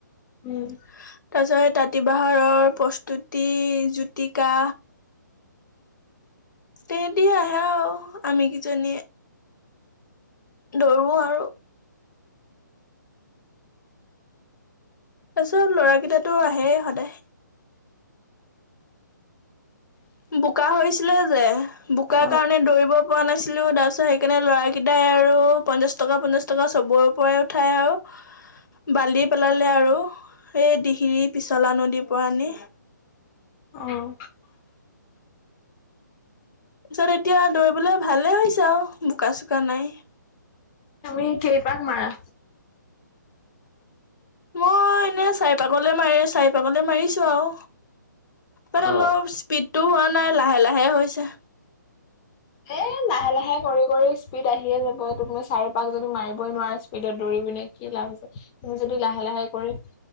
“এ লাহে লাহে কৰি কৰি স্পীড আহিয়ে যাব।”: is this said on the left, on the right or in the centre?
Left